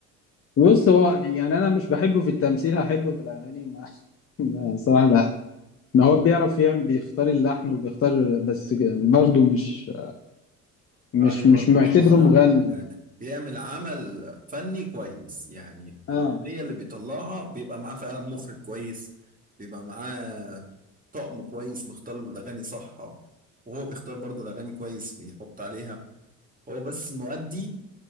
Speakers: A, on the left; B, on the right.
A: بص هو يعني انا مش بحبه في التمثيل هحبه في الاغاني ما <laughs> صراحه لا ما هو بيعرف يعمل بيختار اللحن وبيختار بس برضه مش مش
B: ايوه
A: مش
B: كنت
A: معتبره
B: لسه
A: مغني
B: اقول لك بيعمل عمل فني كويس يعني
A: اه
B: الاغنيه اللي بيطلعها بيبقى معاه فعلا مخرج كويس بيبقى معاه طقم كويس مختار له الاغاني صح وهو بيختار برضو الاغاني كويس بيحط عليها هو بس مؤدي